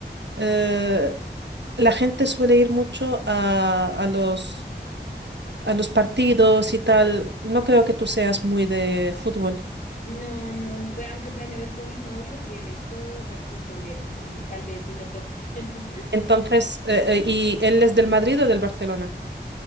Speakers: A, on the right; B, on the left.
A: eh, la gente suele ir mucho a, a los, a los partidos y tal. No creo que tú seas muy de fútbol.
B: No, no, pues aunque planeo ir con mi novio y él es súper futbolero, entonces tal vez sí me toque. <laughs>
A: Entonces, eh, eh, ¿y él es del Madrid o del Barcelona?